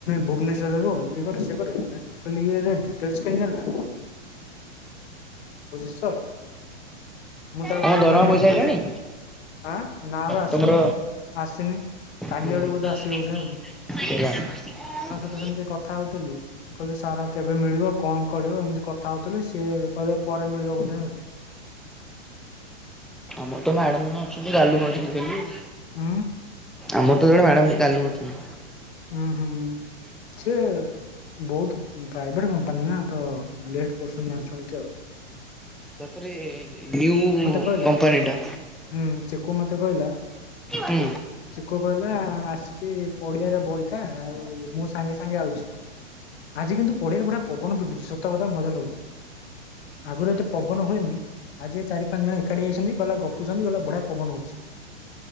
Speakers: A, on the left; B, in the centre.
A: ଭୁବନେଶ୍ଵରରୁ ଇଏ କର ସିଏ କର କହିଲି ଇଏ ଏରା ଡିଟେଲସ କେମିତି ଜାଣିଲା ବୁଝୁଚୁତ ମୁଁ ତାକୁ
B: ତମ
A: କହିଲି
B: ଦରମା
A: ମାନେ
B: ପଇସା
A: ଏମିତି
B: ଆଇଲାଣି?
A: ଆଁ ନା ବା ଆସିନି
B: ତମର
A: । ଆସନି କାଲି
B: ହୁଁ ହୁଁ
A: ଆଡକୁ ବୋଧେ ଆସିବ ବୋଧେ ଆଉ ।
B: <inaudible>
A: ତ ସେମତି କଥା ହଉଥିଲି କହିଲି ସାର କେବେ ମିଳିବ କଣ କରିବ ଏମିତି କଥା ହଉଥିଲି ସିଏ କହିଲେ ପରେ ମିଳିବ ବୋଧେ ଆଉ ।
B: ମଁ ତ ମ୍ୟାଡାମ ଜଣେ ଅଛନ୍ତି ଗାଲୁ ମାରୁଛନ୍ତି ଖାଲି ।
A: ହଁ
B: ଆମର ତ ଜଣେ ମ୍ୟାଡ଼ାମ ଗାଲୁ ମାରୁଚନ୍ତି।
A: ହୁଁ ହୁଁ ସେ ବହୁତ ପ୍ରାଇଭେଟ କମ୍ପାନୀ ନା ତ ଲେଟ୍ କରୁଚନ୍ତି ଜାଣିସୁଣି କି ଆଉ ।
B: ତାପରେ ନ୍ୟୁ
A: କହିଲା
B: କମ୍ପାନୀଟା
A: ହୁଁ ଚିକୁ ମତେ କହିଲା
B: ହୁଁ। ହୁଁ ହୁଁ
A: ଚକୁ କହିଲା ଆସିକି ପଡିଆରେ ବଇଥା ଆଉ ମୁଁ ସାଙ୍ଗେ ସାଙ୍ଗେ ଆଉଛି । ଆଜି କିନ୍ତୁ ପଢିଆରେ ବଢିଆ ପବନ ପିଟୁଛି ସତ କଥା ମଜା ଲାଗୁଛି । ଆଗରୁ ଏତେ ପବନ ହୁଏନି ଆଜି ଏ ଚାରି ପାଞ୍ଚ ଜଣ ଏକାଠି ଯାଇଛନ୍ତି ଗିଲ ଗପୁଛନ୍ତି ଗହିଲ ବଢିଆ ପବନ ହଉଛି